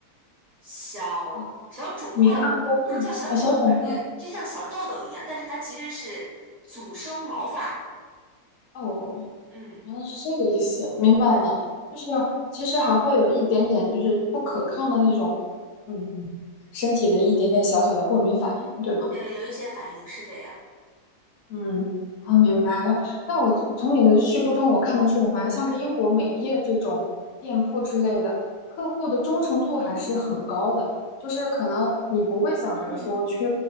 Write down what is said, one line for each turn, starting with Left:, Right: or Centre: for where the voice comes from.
Right: 小小肿块儿，
Left: 嗯，明暗交替呃，
Right: 不能叫小肿块儿，
Left: 小肿块
Right: 就就像小痘痘一样，但是它其实是阻生毛发。
Left: 哦
Right: 嗯，
Left: 原来是这个意思，明白了。
Right: 对，
Left: 就是其实还会有一点点，就是不可抗的那种，嗯，身体的一点点小小的过敏反应，对吗？
Right: 呃，有一些反应是这样。
Left: 嗯，我明白了。那我从你的叙述中，我看得出来，像是英国美业这种店铺之类的，客户的忠诚度还是很高的。就是可能你不会想着说去
Right: 嗯